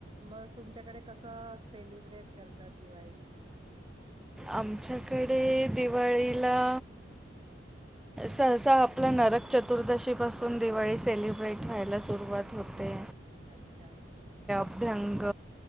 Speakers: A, on the right (about 30°); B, in the centre.
A: मग तुमच्याकडे कसं सेलिब्रेट करतात. दिवाळी
B: आमच्याकडे दिवाळीला सहसा आपला नरक चतुर्दशी पासून दिवाळी सेलिब्रेट व्हायला सुरुवात होते.
A: <unintelligible>
B: अभ्यंक